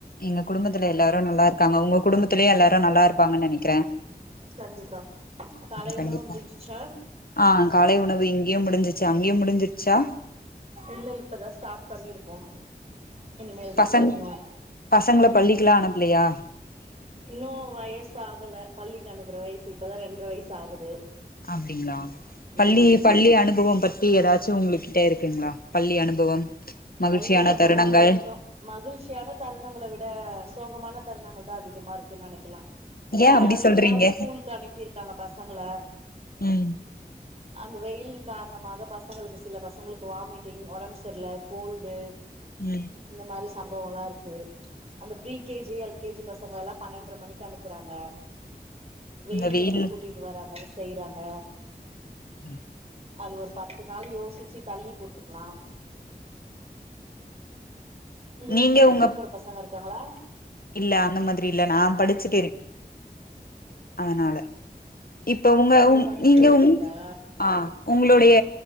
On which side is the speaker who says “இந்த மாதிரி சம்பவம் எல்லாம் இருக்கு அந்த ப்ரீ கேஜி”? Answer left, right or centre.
Right